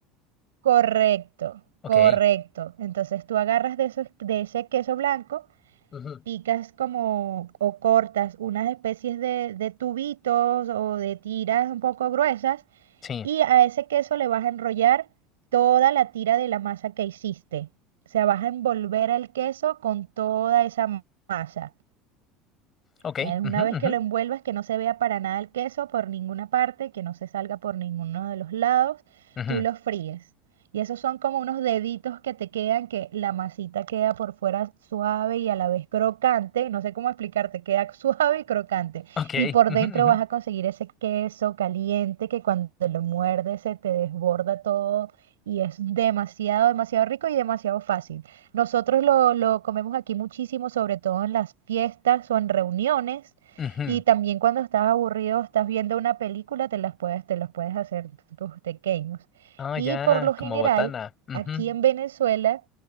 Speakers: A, on the right (about 80°); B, on the left (about 35°).
A: Correcto,
B: Ok.
A: correcto. Entonces tú agarras de, esos, de ese queso blanco
B: Ujú.
A: picas como o cortas unas especies de, de tubitos o de tiras un poco gruesas
B: Sí.
A: y a ese queso le vas a enrollar toda la tira de la masa que hiciste. O sea, vas a envolver el queso con toda esa ma- masa.
B: Ok.
A: Eh, Una
B: ujú,
A: vez
B: ujú,
A: que lo envuelvas, que no se vea para nada el queso por ninguna parte, que no se salga por ninguno de los lados,
B: ujú,
A: tú lo fríes. Y esos son como unos deditos que te quedan, que la masita queda por fuera suave y a la vez crocante. No sé cómo explicarte, queda <laughs> suave y crocante.
B: Ok.
A: Y por
B: ujú,
A: dentro
B: ujú,
A: vas a conseguir ese queso caliente que cuando lo muerdes se te desborda todo y es demasiado, demasiado rico y demasiado fácil. Nosotros lo, lo comemos aquí muchísimo, sobre todo en las fiestas o en reuniones.
B: ujú.
A: Y también cuando estás aburrido, estás viendo una película, te las puedes, te los puedes hacer tus pequeños.
B: Ah,
A: Y
B: ya,
A: por lo general,
B: como botana. ujú,
A: aquí en Venezuela,